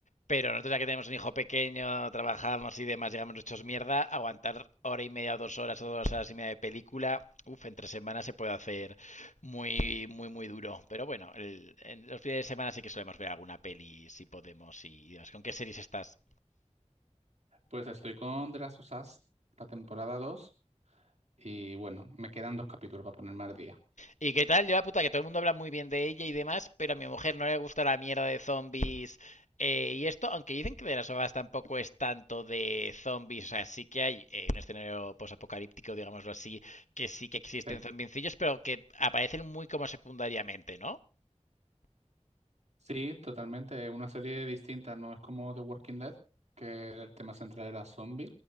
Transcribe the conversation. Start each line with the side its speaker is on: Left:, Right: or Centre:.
Left: Pero nosotros ya que tenemos un hijo pequeño, trabajamos y demás, llegamos hechos mierda, aguantar hora y media o dos horas o dos horas y media de película, uff, entre semanas se puede hacer muy, muy, muy duro. Pero bueno, el- en los fines de semana sí que solemos ver alguna peli si podemos y demás. ¿Con qué series estás?
Right: pues estoy con The Last of Us, la temporada 2 y bueno, me quedan dos capítulos para ponerme al día.
Left: ¿Y qué tal? Yo la puta que todo el mundo habla muy bien de ella y demás, pero a mi mujer no le gusta la mierda de zombies eh, y esto, aunque dicen que de las obras tampoco es tanto de zombies, o sea, sí que hay eh, un escenario posapocalíptico, digámoslo así, que sí que existen
Right: Sí.
Left: zombiencillos, pero que aparecen muy como secundariamente, ¿no?
Right: Sí, totalmente. Es Una serie distinta, no es como The Walking Dead, que el tema central era zombie.